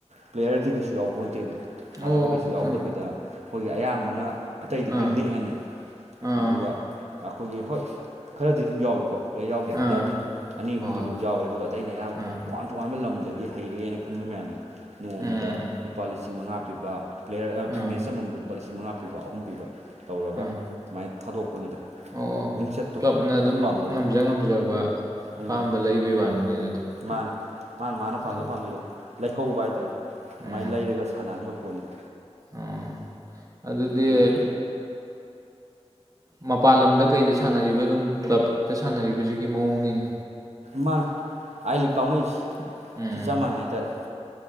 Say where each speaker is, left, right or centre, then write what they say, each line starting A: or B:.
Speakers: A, on the right; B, on the right.
A: ꯄ꯭ꯂꯦꯌꯔꯗꯤ ꯀꯩꯁꯨ ꯌꯥꯎꯄꯣꯟꯇꯦꯕ ꯁꯥꯟꯅꯔꯣꯏ
B: ꯑꯣ
A: ꯀꯩꯁꯨ ꯌꯥꯎꯗꯕꯤꯗ
B: ꯁꯨꯝ
A: ꯑꯩꯈꯣꯏꯒꯤ ꯑꯌꯥꯝꯕꯅ ꯑꯇꯩꯗꯒꯤ
B: ꯑꯥ
A: ꯅꯦꯛꯑꯅꯤ
B: ꯑꯥ
A: ꯑꯗꯨꯒ ꯑꯩꯈꯣꯏꯒꯤ ꯍꯣꯏ ꯈꯔꯗꯤ ꯑꯗꯨꯝ ꯌꯥꯎꯏꯀꯣ ꯄ꯭ꯂꯂꯦ ꯌꯥꯎꯗꯦ
B: ꯑꯥ
A: ꯍꯥꯏꯕꯗꯤ ꯌꯥꯗꯦ ꯑꯅꯤ ꯑꯍꯨꯝꯗꯤ
B: ꯍꯣꯏ
A: ꯑꯗꯨꯝ ꯌꯥꯎꯋꯦ ꯑꯗꯨꯒ ꯑꯇꯩ ꯑꯩꯅ ꯑꯌꯥꯝꯕ
B: ꯍꯣꯏ
A: ꯇꯣꯉꯥꯟ ꯇꯣꯉꯥꯟꯕ ꯂꯝꯗꯒꯤ ꯍꯩꯔꯛꯑꯦꯅ ꯈꯟꯕ ꯃꯌꯥꯝ ꯅꯣꯡꯃꯗ
B: ꯑꯥ ꯑꯥ
A: ꯂꯨꯄꯥ ꯂꯤꯁꯤꯡ ꯃꯉꯥ ꯄꯤꯕ ꯄ꯭ꯂꯦꯌꯔ
B: ꯑꯥ
A: ꯃꯦꯠꯆ ꯑꯃꯃꯝꯗꯨ ꯂꯨꯄꯥ ꯂꯤꯁꯤꯡ ꯃꯉꯥ ꯄꯤꯕ ꯑꯍꯨꯝ ꯄꯤꯕ ꯇꯧꯔꯒ
B: ꯑꯥ
A: ꯁꯨꯃꯥꯏꯅ ꯊꯥꯗꯣꯛꯄꯅꯤꯗ
B: ꯑꯣ
A: ꯃꯤꯡꯆꯠꯇꯣ
B: ꯀ꯭ꯂꯞꯅ ꯑꯗꯨꯝ
A: ꯑꯗꯨ ꯄꯥꯝꯅꯕꯩꯅꯤ
B: ꯉꯝꯖ ꯉꯝꯖꯕ ꯑꯄꯥꯝꯕ
A: ꯎꯝ
B: ꯂꯩꯕꯩ ꯋꯥꯅꯤꯅꯦ ꯑꯗꯨꯗꯤ
A: ꯃꯥꯅꯦ ꯃꯥꯅ ꯃꯥꯅ
B: ꯑꯗꯨ
A: ꯄꯥꯝꯖꯕ ꯄꯥꯝꯖꯩꯗꯣ ꯂꯩꯍꯧꯕ ꯍꯥꯏꯇꯥꯔꯦ ꯑꯗꯨꯃꯥꯏꯅ
B: ꯎꯝ
A: ꯂꯩꯔꯒ ꯁꯥꯟꯅꯍꯟꯕ ꯄꯣꯠꯅꯤꯗ
B: ꯑꯣ ꯑꯗꯨꯗꯤ
A: ꯕꯣꯜꯗꯤ
B: ꯃꯄꯥꯟ ꯂꯝꯗ ꯀꯩꯗ ꯁꯥꯟꯅꯔꯤꯕ ꯑꯗꯨꯝ ꯀ꯭ꯂꯞꯇ ꯁꯥꯟꯅꯔꯤꯕꯁꯤꯒꯤ ꯃꯑꯣꯡꯅꯤꯅꯦ
A: ꯃꯥꯟ ꯑꯥꯏꯗꯤ ꯀꯥꯎꯅꯩꯁꯤ
B: ꯎꯝ
A: ꯆꯞ ꯃꯥꯟꯅꯩ ꯍꯥꯏꯇꯥꯔꯦ